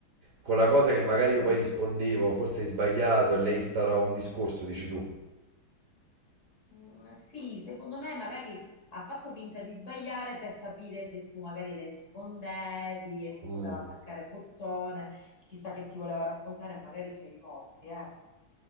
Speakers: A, on the right (about 50°); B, on the left (about 45°).
A: Con la cosa che magari io poi rispondevo, forse hai sbagliato e lei starà un discorso, dici tu.
B: Mm, sì, secondo me magari ha fatto finta di sbagliare per capire se tu magari le rispondevi e se
A: Mm.
B: poteva attaccare bottone, chissà che ti voleva raccontare, magari c'è i rimorsi, eh.